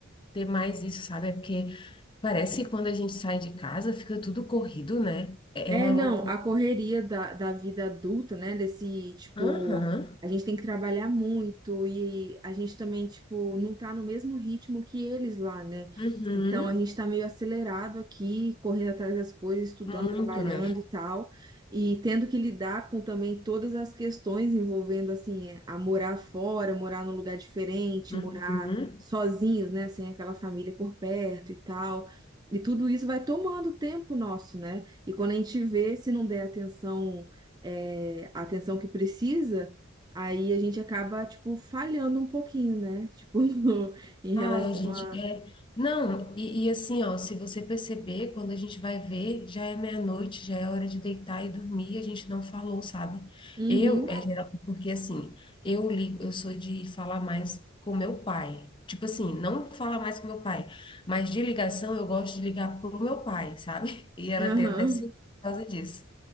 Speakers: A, on the left; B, on the right.
A: ter mais isso, sabe? É porque parece que quando a gente sai de casa fica tudo corrido, né? É
B: É,
A: é uma
B: não,
A: loucura.
B: a correria da, da vida adulta, né? Desse, tipo,
A: Aham.
B: a gente tem que trabalhar muito e a gente também, tipo, não tá no mesmo ritmo que eles lá, né?
A: Uhum.
B: Então a gente tá meio acelerado aqui, correndo atrás das coisas, estudando,
A: Muito,
B: trabalhando
A: né?
B: e tal, e tendo que lidar com também todas as questões envolvendo, assim, é, a morar fora, morar num lugar diferente,
A: Uhum.
B: morar sozinhos, né? Sem aquela família por perto e tal. E tudo isso vai tomando tempo nosso, né? E quando a gente vê, se não der atenção, é, a atenção que precisa, aí a gente acaba, tipo, falhando um pouquinho, né? Tipo, <laughs> em relação
A: Ai, a gente
B: a.
A: é. Não, e, e assim, ó, se você perceber, quando a gente vai ver, já é meia-noite, já é hora de deitar e dormir, a gente não falou, sabe?
B: Uhum,
A: Eu, é geral, porque assim, eu ligo, eu sou de falar mais com meu pai. Tipo assim, não falar mais com meu pai, mas de ligação eu gosto de ligar pro meu pai, sabe? <laughs> E ela
B: aham,
A: tem até se por causa disso.